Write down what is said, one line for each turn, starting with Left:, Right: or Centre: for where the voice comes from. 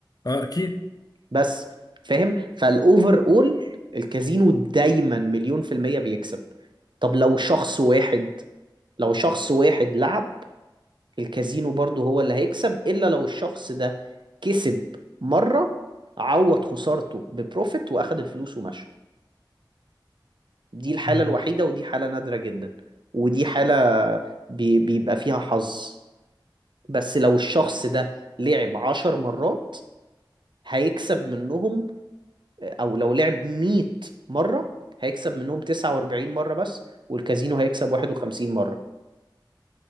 Left: آه، اكيد
Right: بس فاهم؟ فالأوفر أول الكازينو دايما مليون في المية بيكسب طب لو شخص واحد لو شخص واحد لعب الكازينو برضه هو اللي هيكسب إلا لو الشخص ده كسب مرة عوض خسارته ببروفيت وأخد الفلوس ومشى دي الحالة
Left: مم.
Right: الوحيدة ودي حالة نادرة جدا ودي حالة بي- بيبقى فيها حظ بس لو الشخص ده لعب عشر مرات هيكسب منهم أو لو لعب مية مرة هيكسب منهم تسعة وأربعين مرة بس والكازينو هيكسب واحد وخمسين مرة